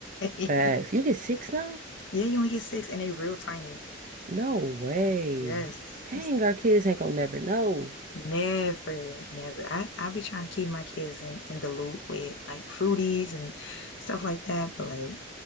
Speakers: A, on the left (about 60°); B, on the right (about 40°).
A: <laughs>
B: Facts. You get six now?
A: Yeah, you only get six and they real tiny.
B: No way.
A: Yes.
B: Dang,
A: I was like,
B: our kids
A: "Dang."
B: ain't gonna never know.
A: Never, never. I, I be trying to keep my kids in, in the loop with like fruities and stuff like that, but like